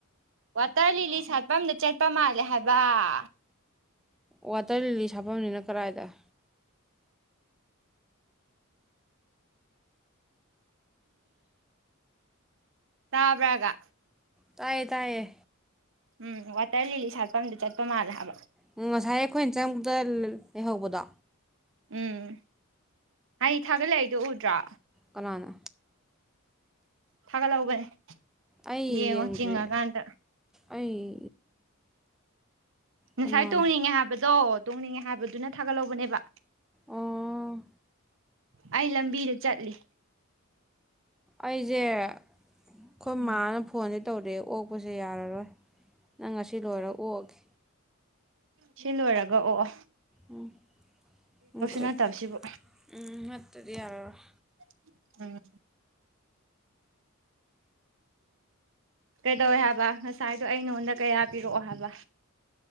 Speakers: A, on the right; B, in the centre.
A: ꯋꯥꯇꯔ ꯂꯤꯂꯤ ꯁꯥꯠꯄꯝꯗ ꯆꯠꯄ ꯃꯥꯜꯂꯦ ꯍꯥꯏꯕ
B: ꯋꯥꯇꯔ ꯂꯤꯂꯤ ꯁꯥꯐꯝꯖꯤꯅ ꯀꯗꯥꯏꯗ
A: ꯇꯥꯕ꯭ꯔꯥꯒ
B: ꯇꯥꯏꯌꯦ ꯇꯥꯏꯌꯦ
A: ꯎꯝ ꯋꯥꯇꯔ ꯂꯤ ꯂꯤ ꯁꯥꯠꯄꯝꯗꯤ ꯆꯠꯄ ꯃꯥꯂꯦ ꯍꯥꯏꯕ
B: ꯑꯝ ꯉꯁꯥꯏ ꯑꯩꯈꯣꯏꯅ ꯆꯪꯕꯗ ꯂꯩꯍꯧꯕꯗꯣ
A: ꯎꯝ ꯑꯩ ꯊꯥꯒꯠꯂꯛꯏꯗꯣ ꯎꯗ꯭ꯔꯣ
B: ꯀꯅꯥꯅ
A: ꯊꯥꯒꯠꯍꯧꯕꯅꯦ
B: ꯑꯩ
A: ꯌꯦꯡꯉꯣ
B: ꯌꯦꯡꯗ꯭ꯔꯤ
A: ꯆꯤꯉꯥ ꯀꯥꯟꯗ
B: ꯑꯩ
A: ꯉꯁꯥꯏ
B: ꯀꯅꯥꯅ
A: ꯇꯣꯡꯅꯤꯡꯉꯦ ꯍꯥꯏꯕꯗꯣ ꯇꯣꯡꯅꯤꯡꯉꯦ ꯍꯥꯏꯕꯗꯨꯅ ꯊꯥꯒꯠꯍꯧꯕꯅꯦꯕ
B: ꯑꯣ
A: ꯑꯩ ꯂꯝꯕꯤꯗ ꯆꯠꯂꯤ
B: ꯑꯩꯖꯦ ꯑꯩꯈꯣꯏ
A: ꯎꯝ
B: ꯃꯥꯅ ꯐꯣꯟꯗꯤ ꯇꯧꯔꯛꯑꯦ ꯑꯣꯛꯄꯁꯦ ꯌꯥꯔꯔꯣꯏ ꯅꯪ ꯉꯁꯤ ꯂꯣꯏꯔꯒ ꯑꯣꯛꯑꯒꯦ
A: ꯁꯤ ꯂꯣꯏꯔꯒ ꯑꯣꯛꯑꯣ
B: ꯎꯝ ꯎꯝꯗꯤ
A: ꯅꯠꯇꯕꯁꯤꯕꯨ
B: ꯎꯝ ꯅꯠꯇꯗꯤ ꯌꯥꯔꯔꯣꯏ
A: <inaudible> ꯀꯩꯗꯧꯋꯦ ꯍꯥꯏꯕ ꯉꯁꯥꯏꯗꯣ ꯑꯩ ꯅꯉꯣꯟꯗ ꯀꯌꯥ ꯄꯤꯔꯛꯑꯣ ꯍꯥꯏꯕ